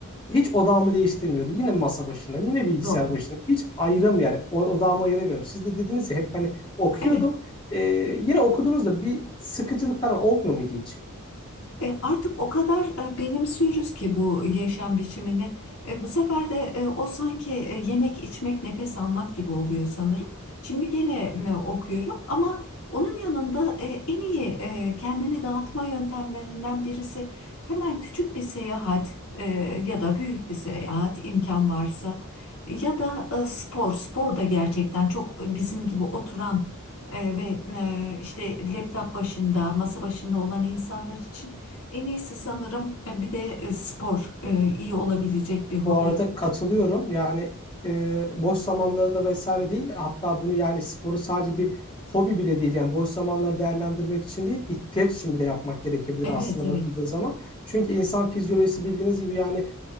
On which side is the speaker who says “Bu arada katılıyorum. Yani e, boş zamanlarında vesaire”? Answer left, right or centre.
Left